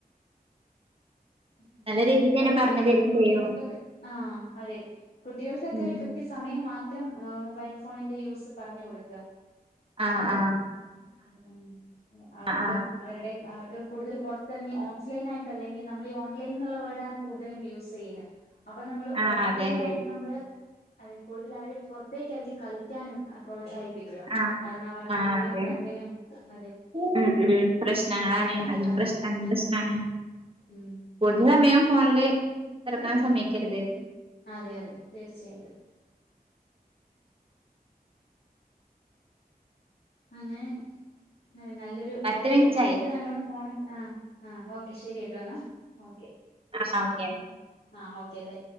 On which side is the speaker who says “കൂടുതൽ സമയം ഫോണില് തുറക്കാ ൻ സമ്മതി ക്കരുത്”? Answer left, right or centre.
Right